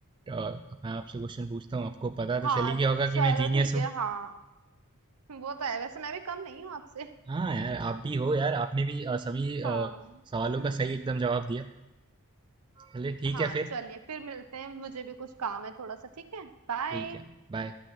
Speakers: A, on the right; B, on the right.
A: अ, मैं आपसे क्वेश्चन पूछता हूँ आपको पता तो
B: हाँ
A: चल ही गया होगा
B: चलो
A: कि मैं जीनियस
B: ठीक है
A: हूँ
B: हाँ वो तो है वैसे मैं भी कम नहीं हूँ आपसे
A: हाँ यार आप भी हो यार आपने भी अ, सभी अ,
B: हाँ
A: सवालों
B: हम्म,
A: का सही एकदम जवाब दिया चलिए ठीक
B: हाँ
A: है फिर
B: चलिए फिर मिलते हैं मुझे भी कुछ काम है थोड़ा सा ठीक है बाय
A: ठीक है बाय